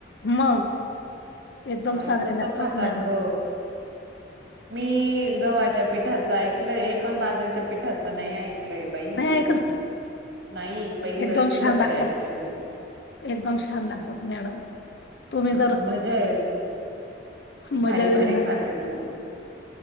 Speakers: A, on the left; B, on the right.
A: मग एकदम
B: बाय
A: चांगले
B: कसं
A: लागतात,
B: खातात
A: मॅम
B: ग मी गव्हाच्या पीठाचं ऐकलं हे पण बाजरीच्या पीठाचं नाही. बाई
A: नाही ऐकलं
B: नाही पहिली वेळेस
A: एकदम
B: तुझ्याकडे
A: छान लागतात,
B: ऐकते मी
A: एकदम छान लागतात मॅडम तुम्ही
B: हा
A: जर
B: मजा आहे
A: मजा
B: भारी
A: येणार
B: भारी खाते तू